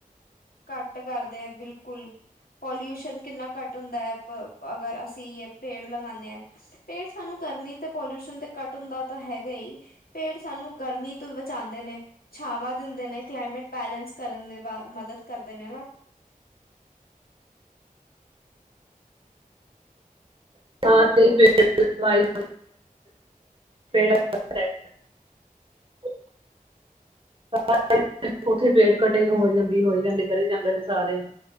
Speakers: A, on the left; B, on the right.
A: ਘੱਟ ਕਰਦੇ ਹੈ ਬਿਲਕੁਲ ਪੋਲਿਊਸ਼ਨ ਕਿੰਨਾ ਘੱਟ ਹੁੰਦਾ ਹੈ ਅਗਰ ਅਸੀਂ ਇਹ ਪੇੜ ਲਗਾਉਂਦੇ ਹਾਂ ਪੇੜ ਸਾਨੂੰ ਗਰਮੀ ਤੇ ਪੋਲਿਊਸ਼ਨ ਤੇ ਕੱਟ ਹੁੰਦਾ ਤਾਂ ਹੈਗਾ ਹੀ ਪੇੜ ਸਾਨੂੰ ਗਰਮੀ ਤੋਂ ਬਚਾਉਂਦੇ ਨੇ ਛਾਵਾਂ ਦਿੰਦੇ ਨੇ ਕਲਾਈਮੇਟ ਬੈਲੇਂਸ ਕਰਨ ਦੀ ਮਦਦ ਕਰਦੇ ਨੇ ਨਾ।
B: ਹਾ ਪਵਾਈ ਤੇਰਾ ਪਤਾ ਐ <unintelligible> ਅ ਅ ਅ <unintelligible> ਉੱਥੇ ਪੇਟ ਕਟੇ ਹੋਈ ਜਾਂਦੀ ਹੋਈ ਜਾਂਦੀ ਕਰੀ ਜਾਂਦੇ ਨੇ ਸਾਰੇ